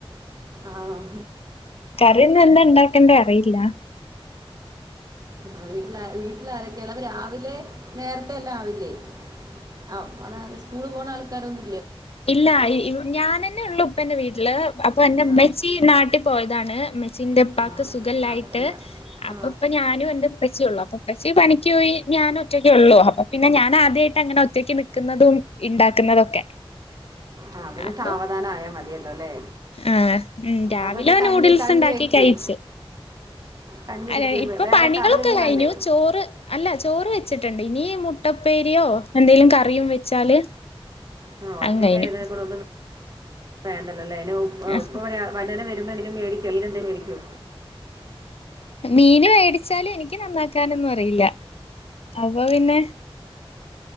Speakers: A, on the right; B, on the left.
A: ആണോ
B: റി ഇന്ന് എന്താ ഇണ്ടാക്കണ്ടെ അറിയില്ല
A: ആഹ് വീട്ടിലാ വീട്ടിലാരക്കെയിള്ളെ അപ്പ രാവിലെ നേരത്തെ എല്ലാം ആവില്ലേ <unintelligible> സ്കൂളി പോണ ആൾക്കാരൊന്നു
B: ഇല്ല അയി ഞാനെന്നെ ഉള്ളൂ. ഇപ്പെന്റെ വീട്ടില് അപ്പൊ എന്റുമ്മച്ചി
A: ആ
B: നാട്ടി പോയതാണ് ഉമ്മ് ച്ചിന്റുപ്പാക്ക്
A: ആ
B: സുഖല്ലായിട്ട്.
A: അപ്പം പിന്നെ ആ
B: അപ്പൊ ഇപ്പൊ ഞാനും എന്റെ ഉപ്പച്ചീയൊള്ളു. അപ്പൊ ഉപ്പച്ചി പണിക്ക് പോയി. ഞാൻ ഒറ്റക്കെയുള്ളു അപ്പൊ പിന്നെ ഞാ നാദ്യായിട്ട ഇങ്ങനെ ഒറ്റക്ക് നിക്കുന്നതും. ഇണ്ടാക്കുന്നതൊക്കെ
A: ആ പിന്നെ
B: അപ്പം
A: സാവധാനം ആയാൽ മതിയല്ലോ അല്ലേ
B: ആഹ് മ് രാവിലെ
A: അപ്പം എന്താ കഞ്ഞി
B: ന്യൂഡിൽസുണ്ടാക്കി
A: കഞ്ഞി വെക്കേ
B: കഴ്ച്ചു
A: കഞ്ഞി
B: അല്ല
A: വയ്ക്കുക
B: ഇപ്പൊ
A: വേറെ
B: പണികളൊക്കെ
A: കറിയൊന്നും
B: കഴിഞ്ഞു
A: വേണ്ടേ
B: ചോറ് അല്ല ചോറ് വെച്ചി ണ്ട് ഇനി മുട്ടപ്പേരിയോ എന്തേലും കറിയും വെച്ചാല്
A: ആഹ് ഒറ്റയ്ക്കായതാ
B: അതും കഴിഞ്ഞു
A: ക്കൂടെയൊന്നു വേണ്ടല്ലല്ല <unintelligible>
B: ആ,
A: വൈന്നേരം ന്തെങ്കിലും മേടിക്കോ മീനെന്തേ മേടിക്കോ
B: മീന് മേടിച്ചാലും എനിക്ക് നന്നാക്കാനൊന്നുറിയില്ല അപ്പൊ പിന്നെ